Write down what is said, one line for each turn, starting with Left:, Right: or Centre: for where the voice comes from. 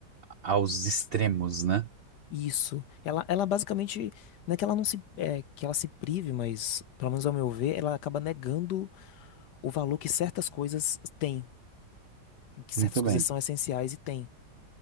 Right: aos extremos, né?
Left: Isso. Ela, ela basicamente, não é que ela não se, é, que ela se prive, mas, pelo menos ao meu ver, ela acaba negando o valor que certas coisas têm, que certas
Right: Muito
Left: coisas
Right: bem.
Left: são essenciais e têm.